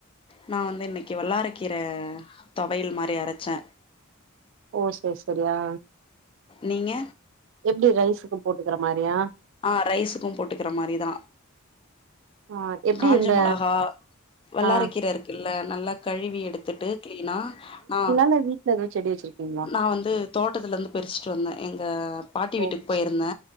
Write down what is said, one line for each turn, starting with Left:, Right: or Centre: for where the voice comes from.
Left: நா வந்து இன்னிக்கி வல்லாரக்கீர தொவையலு மாரி அரச்சே
Right: ஓ சேரி சேரி ஆ
Left: நீங்க
Right: எப்டி ரைஸுக்கு போட்டுக்கிற மாரியா
Left: ஆ ரைஸுக்கு போட்டுக்குற மாரி தா
Right: ஆ எப்டி
Left: காஞ்ச
Right: இந்த
Left: மொளகா வல்லாரக்கீர
Right: ஆ
Left: இருக்குல்ல நல்லா கழுவி எடுத்துட்டு க்ளீனா ஆ
Right: என்ன வீட்ல எதுவு செடி வச்சிருக்கீங்களா
Left: நா வந்து தோட்டத்துல இருந்து பெரிட்டு வந்தே எங்க பாட்டி
Right: ஓ
Left: வீட்டுக்கு போயிருந்தே
Right: சேரி